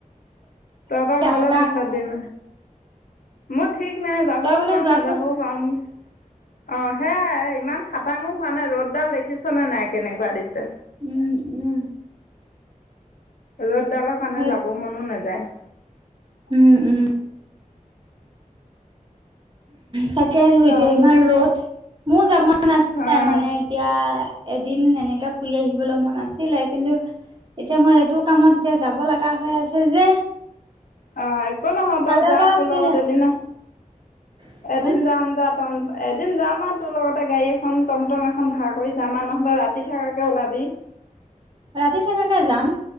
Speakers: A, on the left; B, on the right.
A: তহত ঘলে
B: খাটাং
A: পিছত দিম মই ঠিক নাই যাবও
B: তই বোলে
A: পাওং
B: যোৱাটো
A: নাযাবও পাওংক অ হেয়াই ইমান খাটাঙো হোৱা নাই ৰ'দডাল দেখিছনে নাই কেনেকুৱা দিছে।
B: উ উম।
A: ৰ'ত ডালৰ কাৰণে
B: হয়
A: যাব মনো নাযায়।
B: উম উম। তাকে ধুই
A: ক
B: এতিয়া ইমান ৰ'দ মোৰ যাব মন আছিলে
A: অঁ
B: মানে এতিয়া এদিন এনেকে ফুৰি আহিবলৈ মন আছিলে কিন্তু এতিয়া মই এইটো কামত এতিয়া যাব লাগা হৈ আছে যে।
A: অঁ'একো নহয়
B: কাইলৈৰ
A: বাৰু যা
B: পৰা
A: তোৰ
B: ফ্ৰী
A: লগত এদিন
B: আছোঁ।
A: এদিন যাম যাত। টম এদিন যাম আউ তোৰ লগতে গাড়ী এখন টমটম এখন ভাড় কৰি যামা নহ'লে ৰাতি থকাকে ওলাবি। অ'। <unintelligible>
B: ৰাতি থকাকে যাম